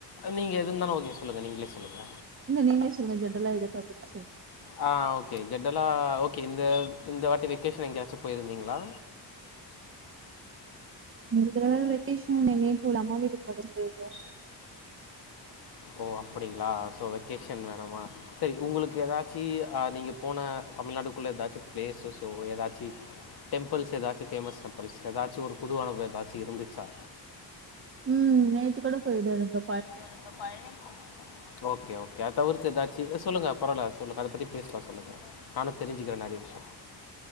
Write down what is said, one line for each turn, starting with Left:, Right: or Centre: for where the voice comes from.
Left: நீங்க எதுன்னாலு ஓகே சொல்லுங்க நீங்ளே சொல்லுங்க
Right: இல்ல நீங்ளே சொல்லுங்க ஜென்ரலா எதா டாப்பிக்ஸ்ஸு
Left: ஆ ஓகே ஜென்ரலா ஓகே இந்த இந்த வாட்டி வெக்கேஷன் எங்யாச்சு போயிருந்தீங்ளா
Right: இந்த தடவ வெக்கேஷன் நா எங்கயு போல அம்மா வீட்டுக் மட்டு போய்ருக்கா
Left: ஓ அப்டிங்ளா சோ வெக்கேஷன் வேணாமா சேரி உங்களுக் எதாச்சி அ நீங்க போன தமிழ்நாடுக்குள்ள எதாச்சு ப்ளேஸஸு எதாச்சி டெம்பிள்ஸ் எதாச்சு ஃபேமஸ் டெம்பிள்ஸ் எதாச்சு ஒரு புது அனுபவோ எதாச்சு இருந்துச்சா
Right: ம் நேத்து கூட போய்ட்டு வந்தே
Left: நாங்க பழனி <inaudible> ஓகே ஓகே அது தவிர்த்து எதாச்சு அ சொல்லுங்க பரவால்ல சொல்லுங்க அத பத்தி பேஸ்லா சொல்லுங்க நானு தெரிஞ்சுக்கிற நெறைய விஷ்யோ